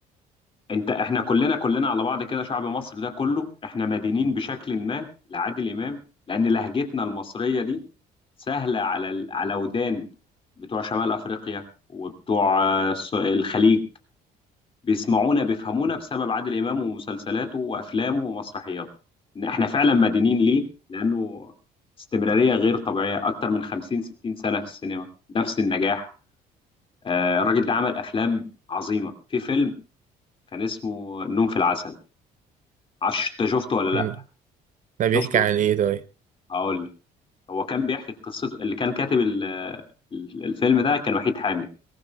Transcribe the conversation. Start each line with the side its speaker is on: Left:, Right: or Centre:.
Left: انت احنا كلنا كلنا على بعض كده شعب مصر ده كله احنا مدينين بشكل ما لعادل امام لان لهجتنا المصريه دي سهله على ال- على ودان بتوع شمال افريقيا وبتوع آه، الس- الخليج بيسمعونا بيفهمونا بسبب عادل امام ومسلسلاته وافلامه ومسرحياته ان احنا فعلا مدينين ليه لانه استمراريه غير طبيعيه اكتر من 50 60 سنه في السينما نفس النجاح آه، الراجل ده عمل افلام عظيمه في فيلم كان اسمه النوم في العسل عش انت شفته ولا لا
Right: يعني ده بيحكي
Left: شفته
Right: عن ايه طيب
Left: هقول لك. هو كان بيحكي قصته اللي كان كاتب ال- ال- الفيلم ده كان وحيد حامد